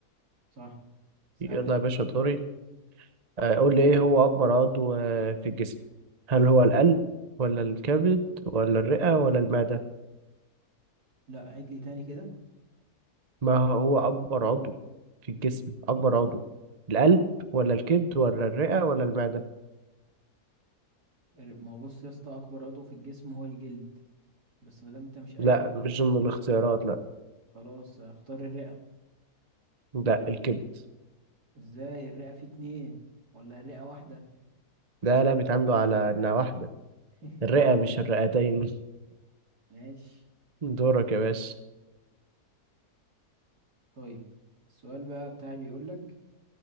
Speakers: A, on the right (about 75°); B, on the right (about 30°).
A: صح اسألني
B: يلا
A: انت
B: يا باشا
A: بقى
B: دوري آه، قول لي ايه هو اكبر عضو آه، في الجسم هل هو القلب ولا الكبد ولا الرئة ولا المعدة
A: لا عيد لي تاني كده
B: ما هو اكبر عضو في الجسم اكبر عضو القلب ولا الكبد ولا الرئة ولا المعدة
A: ما هو بص يا اسطى اكبر عضو في الجسم هو الجلد بس ما دام انت مش قايله
B: لا مش ضمن الاختيارات لا
A: خلاص هختار الرئة
B: لا الكبد
A: ازاي الرئة فيه اتنين ولا الرئة واحدة
B: لا لا بيتعاملوا على انها واحدة
A: <laughs>
B: الرئة مش الرئتين
A: ماشي
B: <laughs> دورك يا باشا
A: طيب السؤال بقى بتاعي بيقولك